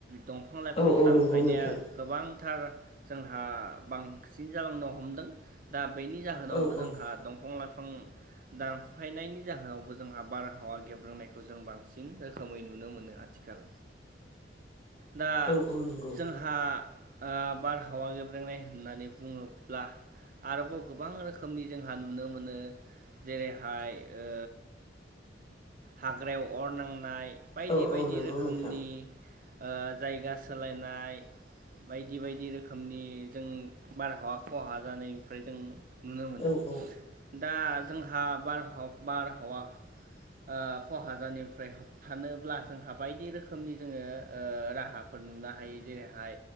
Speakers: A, on the right (about 45°); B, on the left (about 30°).
A: दंफां लाइफां
B: औ औ
A: दानफायनाया
B: नंगौ नोंथां
A: गोबां थार जोंहा बांसिन जालांनो हमदों दा बैनि जाहोनावबो
B: औ औ
A: जोंहा दंफां लाइफां दानफायनायनि जाहोनावबो जोंहा बारहावा गेब्रेंनायखौ जों बांसिन रोखोमै नुनो मोनो आथिखाल।
B: <inaudible>
A: दा
B: औ नंगौ
A: जोंहा ओ बारहावा गेब्रेंनाय होननानै बुङोब्ला आरोबाव गोबां रोखोमनि जोंहा नुनो मोनो जेरैहाय ओ हाग्रायाव अर नांनाय बायदि
B: औ औ
A: बायदि
B: नंगौ
A: रोखोमनि
B: नोंथां
A: ओ जायगा सोलायनाय बायदि बायदि रोखोमनि जों बारहावा खहा जानायनिफ्राय जों नुनो मोनो
B: औ औ
A: दा जोंहा बारहावा बारहावा
B: <inaudible>
A: ओ खहा जानायनिफ्राय होबथानोब्ला जोंहा बायदि रोखोमनि जोङो ओ राहाफोर नुनो बाहायो जेरैहाय